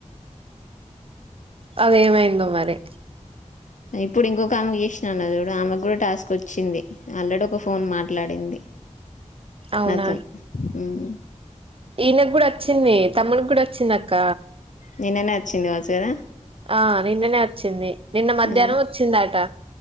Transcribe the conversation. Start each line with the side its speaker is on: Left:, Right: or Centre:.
Right: అది ఎమైందో మరి
Left: ఇప్పుడు ఇంకొక ఆమెకు చేసినా అన్న చూడు ఆమెకు కూడా టాస్క్ వచ్చింది ఆల్రెడీ ఒక ఫోన్ మాట్లాడింది
Right: అవునా
Left: నాతో హ్మ్
Right: ఈయనకు కూడా వచ్చింది తమ్ముడుకి కూడా వచ్చింది అక్క
Left: నిన్ననే వచ్చింది కావచ్చు కదా
Right: ఆ నిన్ననే వచ్చింది నిన్న మధ్యాహ్నం
Left: ఆ,
Right: వచ్చిందీఅట